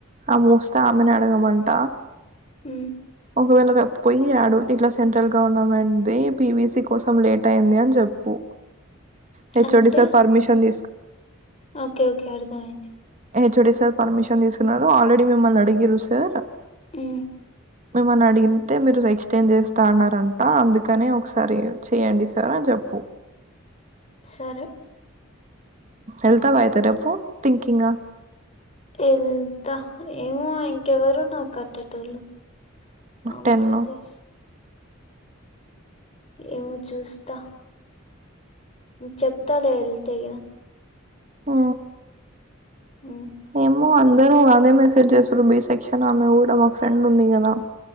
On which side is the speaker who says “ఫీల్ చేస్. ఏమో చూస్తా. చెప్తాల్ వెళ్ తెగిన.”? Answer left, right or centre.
Left